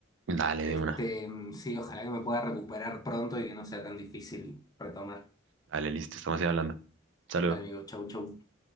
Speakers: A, on the right; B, on the left.
A: Dale,
B: Este,
A: de una.
B: mm, sí, ojalá que me pueda recuperar pronto y que no sea tan difícil retomar.
A: Dale, listo, estamos ahí hablando. Saludos.
B: Vale, amigo, chau, chau.